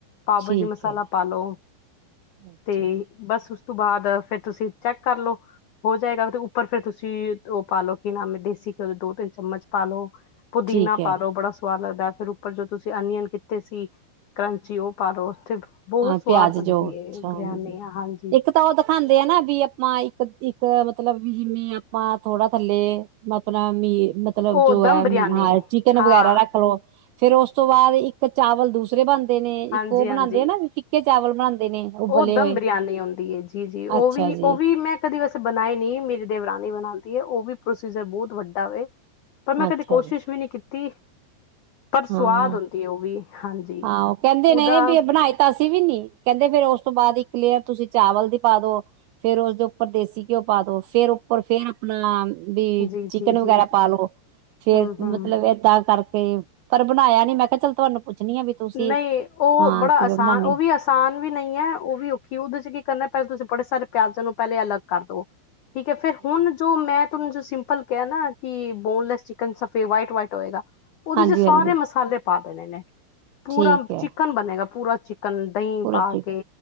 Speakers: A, on the left; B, on the right.
A: ਪਾਓ
B: ਠੀਕ
A: ਭਾਜੀ ਮਸਾਲਾ
B: ਹੈ
A: ਪਾ ਲਉ
B: ਅੱਛਾ
A: ਤੇ
B: ਜੀ
A: ਬਸ ਉਸ ਤੋਂ ਬਾਅਦ ਫਿਰ ਤੁਸੀਂ ਚੈਕ ਕਰਲੋ ਹੋ ਜਾਏਗਾ ਉੱਪਰ ਫਿਰ ਤੁਸੀਂ ਉਹ ਪਾਲੋ ਕੀ ਨਾਮ ਦੇਸੀ ਘਿਓ ਦੇ ਦੋ, ਤਿੰਨ ਚਮਚ ਪਾਲੋ ਪੁਦੀਨਾ
B: ਠੀਕ ਹੈ
A: ਪਾ ਦੋ ਬੜਾ ਸਵਾਦ ਲੱਗਦਾ ਫਿਰ ਉੱਪਰ ਜੋ ਤੁਸੀਂ ਅਨੀਅਨ ਕਿੱਤੇ ਸੀ ਕਰੰਚੀ ਉਹ ਪਾਲੋ ਉੱਥੇ ਬਹੁਤ
B: ਹਾਂ
A: ਸਵਾਦ
B: ਪਿਆਜ
A: ਬਣਦੀ
B: ਜੋ ਅੱਛਾ
A: ਹੈ ਬਿਰਿਆਨੀ
B: ਹਾਂਜੀ
A: ਹਾਂਜੀ
B: ਇੱਕ ਤਾਂ ਉਹ ਦਿਖਾਉਂਦੇ ਆ ਨਾ ਵੀ ਆਪਾਂ ਇੱਕ-ਇੱਕ ਮਤਲਬ ਵੀ ਜਿਵੇਂ ਆਪਾਂ ਥੋੜਾ ਥੱਲੇ ਆਪਣਾ ਮੀ ਮਤਲਬ
A: ਉਹ
B: ਜੋ
A: ਦਮ
B: ਹੈ
A: ਬਰਿਆਨੀ
B: ਹਾਂ ਚਿਕਨ
A: ਹਾਂ
B: ਵਗੈਰਾ ਰੱਖ ਲਓ। ਫਿਰ ਉਸ ਤੋਂ ਬਾਅਦ ਇੱਕ ਚਾਵਲ ਦੂਸਰੇ ਬਣ ਨੇ ਇੱਕ
A: ਹਾਂਜੀ-ਹਾਂਜੀ
B: ਉਹ ਬਣਾਉਂਦੇ ਨਾ ਵੀ ਫਿੱਕੇ ਚਾਵਲ ਬਣਾਉਂਦੇ ਨੇ ਉਬਲੇ
A: ਉਹ ਦਮ
B: ਹੋਏ
A: ਬਰਿਆਨੀ ਆਉਂਦੀ ਏ। ਜੀ ਜੀ ਉਹ
B: ਅੱਛਾ
A: ਵੀ,
B: ਜੀ
A: ਉਹ ਵੀ ਮੈਂ ਕਦੀ ਵੈਸੇ ਬਣਾਏ ਨਹੀਂ ਮੇਰੀ ਦੇਵਰਾਨੀ ਬਣਾਉਂਦੀ ਹੈ। ਉਹ ਵੀ ਪ੍ਰੋਸੀਜਰ ਬਹੁਤ ਵੱਡਾ ਵੇ ਪਰ ਮੈਂ ਕਦੇ
B: ਅੱਛਾ
A: ਕੋਸ਼ਿਸ਼
B: ਜੀ
A: ਵੀ ਨਹੀਂ ਕੀਤੀ ਪਰ ਸਵਾਦ
B: ਹਾਂ
A: ਹੁੰਦੀ ਹੈ ਉਹ ਵੀ। ਹਾਂਜੀ
B: ਹਾਂ ਉਹ ਕਹਿੰਦੇ
A: ਉਹਦਾ
B: ਨੇ ਵੀ ਬਣਾਏ ਤਾਂ ਅਸੀ ਵੀ ਨੀ। ਕਹਿੰਦੇ ਫਿਰ ਉਸ ਤੋਂ ਬਾਅਦ ਇੱਕ ਲੇਅਰ ਤੁਸੀਂ ਚਾਵਲ ਦੀ ਪਾ ਦੋ ਫਿਰ ਉਸਦੇ ਉੱਪਰ ਦੇਸੀ ਘਿਓ ਪਾ ਦੋ। ਫਿਰ ਉੱਪਰ ਫਿਰ ਆਪਣਾ ਵੀ
A: ਜੀ-ਜੀ-ਜੀ
B: ਚਿਕਨ ਵਗੈਰਾ ਪਾਲੋ, ਫਿਰ
A: ਹੂੰ-ਹੂੰ
B: ਮਤਲਬ ਏਦਾਂ ਕਰਕੇ ਪਰ ਬਣਾਇਆ ਨਹੀਂ। ਮੈਂ ਕਿਹਾ ਚੱਲ ਤੁਹਾਨੂੰ ਪੁੱਛਣੀ ਆ ਵੀ ਤੁਸੀਂ
A: ਨਹੀਂ ਉਹ
B: ਹਾਂ
A: ਬੜਾ
B: ਕਿਵੇਂ
A: ਆਸਾਨ
B: ਬਣਾਉਦੇ
A: ਉਹ
B: ਆ,
A: ਵੀ ਆਸ ਆਸਾਨ ਵੀ ਨਹੀਂ ਹੈ ਉਹ ਵੀ ਔਖੀ ਉਹਦੇ ਚ ਕੀ ਕਰਨਾ ਪਹਿਲੇ ਤੁਸੀਂ ਬੜੇ ਸਾਰੇ ਪਿਆਜ਼ਾਂ ਨੂੰ ਪਹਿਲੇ ਅਲੱਗ ਕਰ ਦੋ। ਠੀਕ ਹੈ ਫਿਰ ਹੁਣ ਜੋ ਮੈਂ ਤੁਸੀ ਜੋ ਸਿੰਪਲ ਕਿਹਾ ਨਾ ਕਿ ਬੋਨਲੇੈਸ ਚਿਕਨ ਸਫੇਦ ਵਾਈਟ ਵਾਈਟ ਹੋਏਗਾ। ਉਹਦੇ
B: ਹਾਂਜੀ
A: ਚ ਸਾਰੇ
B: ਹਾਂਜੀ
A: ਮਸਾਲੇ ਪਾ ਦੇਣੇ ਨੇ। ਪੂਰਾ
B: ਠੀਕ ਹੈ
A: ਚਿਕਨ ਬਣੇਗਾ ਪੂਰਾ ਚਿਕਨ ਦਹੀਂ
B: ਪੂਰਾ
A: ਪਾ
B: ਠੀਕ
A: ਕੇ
B: ਹੈ